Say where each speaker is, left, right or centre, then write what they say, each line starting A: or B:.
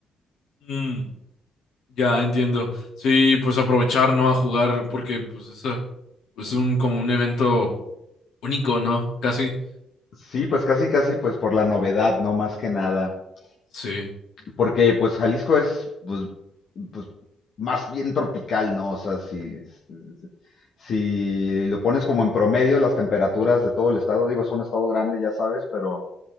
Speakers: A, on the left (about 75°); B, on the left (about 60°).
A: Mm. Ya entiendo. Sí, pues aprovechar, ¿no? A jugar, porque pues eso es un como un evento único, ¿no? Casi.
B: Sí, pues casi, casi, pues por la novedad, ¿no? Más que nada.
A: Sí.
B: porque pues Jalisco es pues, pues, más bien tropical, ¿no? O sea, si, si si lo pones como en promedio, las temperaturas de todo el estado, digo, es un estado grande, ya sabes, pero